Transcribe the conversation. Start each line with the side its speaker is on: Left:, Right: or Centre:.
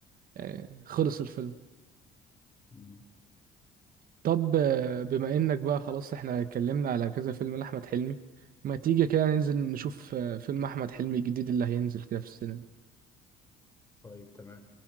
Right: يعني خلص الفيلم
Left: مم.
Right: طب آه، بما انك بقى خلاص احنا اتكلمنا على كذا فيلم لأحمد حلمي ما تيجي كده ننزل نشوف آه، فيلم أحمد حلمي الجديد اللي هينزل كده في السينما
Left: طيب تمام